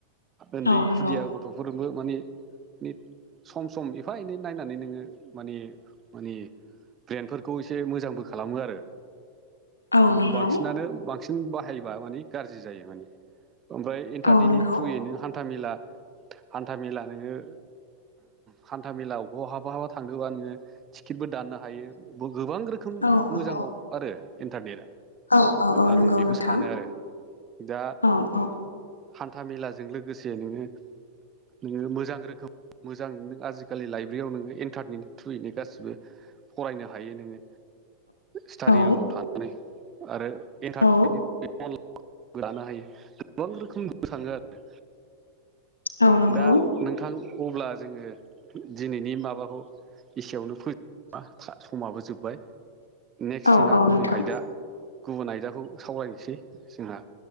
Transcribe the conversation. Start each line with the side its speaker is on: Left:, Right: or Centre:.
Right: ओन्दै
Left: औ नंगौ
Right: खुदिया गथ' गथ'फोरजोंबो माने ने सम सम एफा एनै नायनानै नोङो माने माने ब्रेनफोरखौ एसे मोजांबो खालामो आरो।
Left: औ नंगौ
Right: बांसिनानो बांसिन बाहायबा मानि गाज्रि जायो माने ओमफ्राय इन्टारनेटनि
Left: औ नंगौ
Right: थ्रुयै नों हान्था मेला हान्था मेला नोङो हान्था मेला बहाबा बहा थांदोंबा नोङो टिकेटबो दाननो हायो गोबां रोखोम
Left: औ
Right: मोजाङाव
Left: औ
Right: आरो इन्टारनेटआ।
Left: औ औ
Right: आं
Left: नंगौ
Right: बेखौ
Left: नोंथां
Right: सानो आरो दा
Left: औ औ
Right: हान्था मेलाजों लोगोसे नोङो नोङो मोजां रोखोम मोजां नों आजिखालि लाइब्रेरियाव नोङो इन्टारनेटनि थ्रुयैनो गासिबो फरायनो हायो नोङो स्टाडि
Left: औ
Right: रुमाव थानानै आरो एन्टारनेटनि
Left: औ
Right: <unintelligible> लानो हायो गोबां रोखोम खाङो आरो।
Left: औ नंगौ
Right: दा नोंथां अब्ला जोङो दिनैनि माबाखौ एसेयावनो फो समाबो जोब्बाय नेक्स्ट
Left: औ
Right: जोंहा
Left: औ
Right: गुबुन
Left: नोंथां
Right: आयदा गुबुन आयदाखौ सावरायनोसै जोंहा।